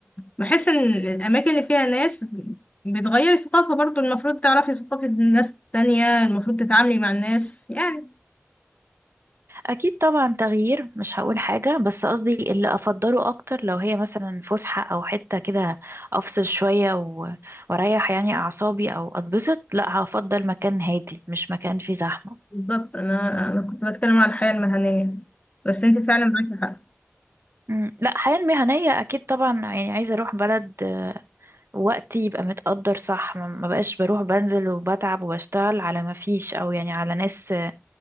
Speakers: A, on the left; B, on the right.
A: بحس إن الأماكن اللي فيها ناس بتغير الثقافة برضو المفروض تعرفي ثقافة ناس تانية المفروض تتعاملي مع الناس يعني
B: اكيد طبعا تغيير مش هقول حاجه بس قصدي اللي افضله اكتر لو هي مثلا فسحه او حته كده افصل شويه و- واريح يعني اعصابي او اتبسط لا هفضل مكان هادي مش مكان فيه زحمه
A: بالظبط أنا أنا كنت بتكلم على الحياة المهنية بس انت فعلا معاكي حق
B: مم، لا الحياه المهنيه اكيد طبعا يعني عايزه اروح بلد آه، وقتي يبقى متقدر صح ما ما بقاش بروح بنزل وبتعب وبشتغل على ما فيش او يعني على ناس آه،